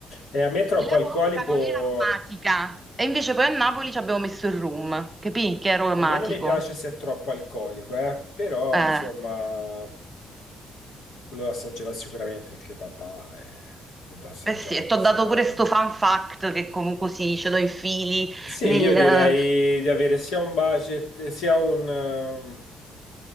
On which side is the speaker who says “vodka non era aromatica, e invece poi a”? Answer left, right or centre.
Right